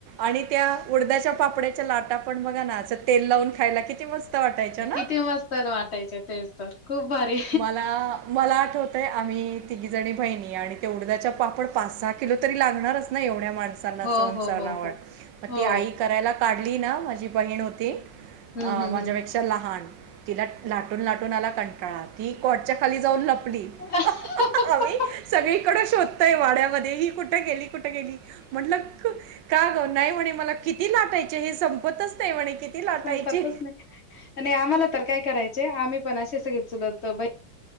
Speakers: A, on the right; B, on the left.
A: आणि त्या उडदाच्या पापड्याच्या लाटा पण बघा नाचत तेल लावून खायला किती मस्त <unintelligible> वाटायच्या ना?
B: किती मस्त वाटायचे तेच तर खूप भारी
A: मला मला आठवतंय आम्ही तिघीजणी बहिणी आणि ते उडदाचे पापड पाच-सहा किलो तरी लागणारच ना एवढ्या माण सांना
B: हो
A: सण
B: हो
A: <unintelligible>
B: हो हो
A: मग
B: हो
A: ती आई करायला काढली ना माझी बहीण हो ती.
B: हम्म
A: अ
B: हम्म
A: माझ्यापेक्षा लहान तिलाच लाट. लाटून-लाटून आला कंटाळा, ती खोटच्या खाली जाऊन लपली.
B: हम्म
A: आम्ही सगळीकडे शोधतोय वाड्यामध्ये ही कुठ. कुठ गेली, कुठं गेली, म्हंलनल. का ग नाही म्हणे, मला किती लाटायचे हे संपतच नाही, म्हणे. किती लाटायचे
B: संपतच नाही, आणि आम्हाला तर काय कराय यायच आम्ही पण असच सगळे चुलत बहिणी.